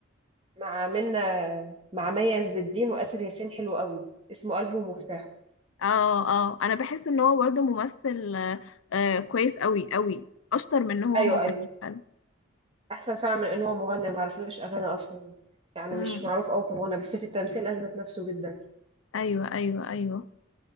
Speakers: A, on the right (about 25°); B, on the left (about 75°).
A: مع منة مع مي عز الدين واسر ياسين حلو قوي اسمه قلبه ومفتاحه
B: اه اه انا بحس ان هو برضه ممثل آه آه، كويس قوي قوي اشطر من ان هو
A: ايوه
B: مغني
A: ايوه
B: فعلا
A: احسن فعلا من ان هو مغني ما اعرفلوش اغاني اصلا يعني
B: امم
A: مش معروف قوي في الغنى بس في التمثيل اثبت نفسه جدا
B: ايوه ايوه ايوه